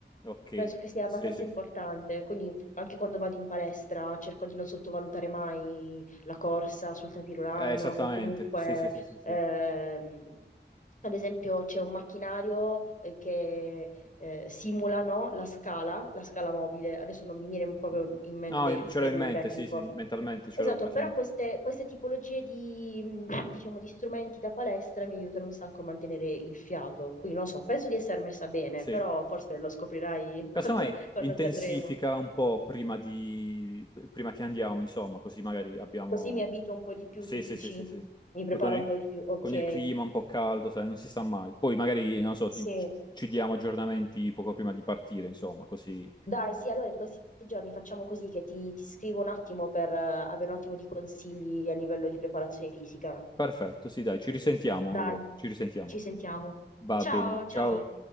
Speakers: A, on the left; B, on the left.
A: Ok,
B: Penso che sia abbastanza
A: sì, sì.
B: importante, quindi anche quando vado in palestra cerco di non sottovalutare mai la corsa sul tapis roulant
A: Eh, esattamente,
B: o comunque,
A: sì, sì, sì, sì,
B: ehm,
A: sì.
B: ad esempio, c'è un macchinario eh, che eh, simula, no, la scala, la scala mobile. Adesso non mi viene proprio in mente
A: No,
B: il
A: in- ce
B: termine
A: l'ho in mente,
B: tecnico,
A: sì, sì, mentalmente ce
B: Esatto,
A: l'ho presente.
B: però queste, queste tipologie di, mh, diciamo, di strumenti da palestra mi aiutano un sacco a mantenere il fiato. Quindi non so, penso di essere messa bene,
A: Sì.
B: però forse lo scoprirai <laughs>
A: Casomai
B: quando, quando
A: intensifica
B: ci andremo.
A: un po' prima di... prima che andiamo, insomma, così magari abbiamo...
B: Così mi abituo un po' di più,
A: Sì,
B: tu dici?
A: sì, sì, sì, sì.
B: Mi preparo
A: Poi con il,
B: un po' di più. Ok,
A: con il clima un po' caldo, sai, non si sa mai. Poi magari, non lo so,
B: sì.
A: ti- ci ci diamo aggiornamenti poco prima di partire, insomma, così.
B: Dai, sì, allora in questi giorni facciamo così che ti, ti scrivo un attimo per eh, avere un attimo di consigli a livello di preparazione fisica.
A: Perfetto, sì, dai, ci risentiamo
B: Dai,
A: allora, ci risentiamo.
B: ci sentiamo.
A: Va
B: Ciao,
A: bene,
B: ciao.
A: ciao.